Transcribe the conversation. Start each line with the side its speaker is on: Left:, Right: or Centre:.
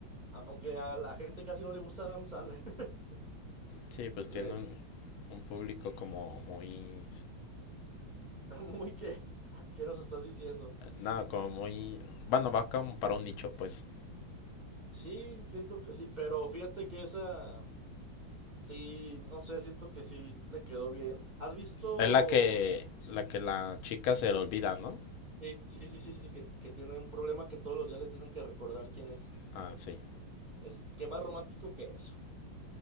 Right: aunque a la gente casi no le gusta Adam Sandler. <laughs>
Left: Sí, pues tiene
Right: Le,
Left: un, un público como muy...
Right: <laughs> muy que, ¿qué nos estás diciendo?
Left: Nada, como muy... Bueno, va como para un nicho, pues.
Right: Sí, siento que sí, pero fíjate que esa, sí, no sé, siento que sí le quedó bien. ¿Has visto?
Left: Es la que la, que la chica se le olvida, ¿no?
Right: Sí, sí, sí, sí, sí, que, que tiene un problema que todos los días le tienen que recordar quién es.
Left: Ah, sí,
Right: Es, qué más romántico que eso,